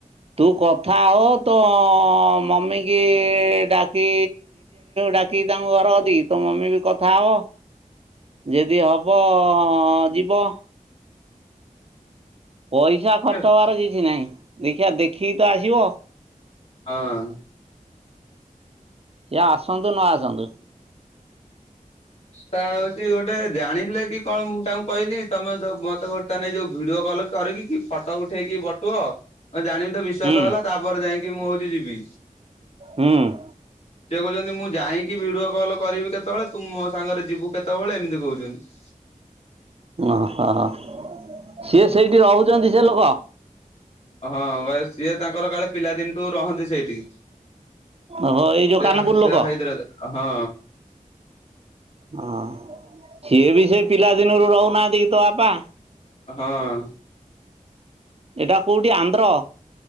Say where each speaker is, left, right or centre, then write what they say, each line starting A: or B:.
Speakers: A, on the right; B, on the left.
A: ତୁ କଥାହ ତ ମମିକି ଡାକି ଡାକି ତାଙ୍କ ଘରଦିକି ତୋ ମମି ବି କଥା ହବ। ଯଦି ହବ ଯିବ। ପଇସା ଖର୍ଚ୍ଚ
B: ହଁ।
A: ହବାର କିଛି ନାହିଁ ଦେଖିବା ଦେଖିକି ତ ଆସିବ।
B: ହଁ
A: ସିଏ ଆସନ୍ତୁ ନ ଆସନ୍ତୁ।
B: ତା ହଉଛି ଗୋଟେ ଜାଣିଲେ କି କଣ ମୁ ତାଙ୍କୁ କହିଲି ତମେ ମତେ ଗୋଟେ ବର୍ତ୍ତମାନେ ଯୋଉ ଭିଡିଓ କଲ କରିକି କି ଫଟୋ ଉଠେଇକି ବଟୁଅ ମୁଁ ଜାଣିବି ତ ବିଶ୍ଵାସ
A: ହୁଁ
B: ହେଲା ତାପରେ ଯାଇକି ମୁଁ ହଉଛି ଯିବି।
A: ହୁଁ।
B: ସିଏ କହୁଛନ୍ତି ମୁଁ ଯାଇକି ଭିଡିଓ କଲ କରିବି କେତେବେଳେ ତୁ ମୋ ସାଙ୍ଗରେ ଯିବୁ କେତେବେଳେ ଏମିତି କ କହୁଛନ୍ତି।
A: ଓହ ସିଏ ସେଇଠି ରହୁଛନ୍ତି ସେ ଲୋକ।
B: ହଁ ବା ସିଏ ତାଙ୍କର କାଳେ ପିଲାଦିନଠୁ ରହନ୍ତି ସେଇଠି। ସେ
A: ଓହୋ ଏଇ ଯୋଉ କାନପୁର ଲୋକ।
B: ସେ ହାଇଦ୍ରାବାଦ ରେ ହଁ
A: ହଁ ସିଏ ବି ସେ ପିଲାଦିନରୁ ରହୁନାହାନ୍ତି ତୋ ବାପା
B: ହଁ
A: ଏଇଟା କୋଉଠି ଆନ୍ଧ୍ର?